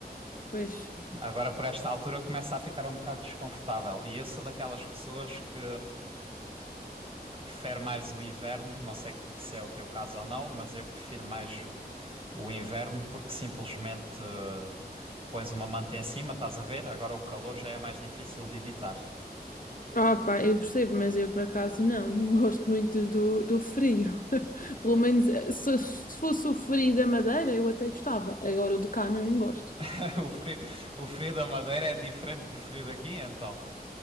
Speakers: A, on the left (about 55°); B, on the right (about 35°).
A: Pois.
B: Agora por esta altura começa a ficar um bocado desconfortável. E eu sou daquelas pessoas que que prefere mais o inverno. Não sei se é o teu caso ou não, mas eu prefiro mais o, o inverno porque simplesmente eh, pões uma manta em cima, estás a ver? Agora o calor já é mais difícil de evitar.
A: Ah, pá, eu percebo, mas eu por acaso não, não gosto muito do, do frio. <laughs> Pelo menos eh, se, se fosse o frio da Madeira, eu até gostava. Agora o de cá não, não gosto.
B: <laughs> O frio, o frio da Madeira é diferente do frio daqui, então.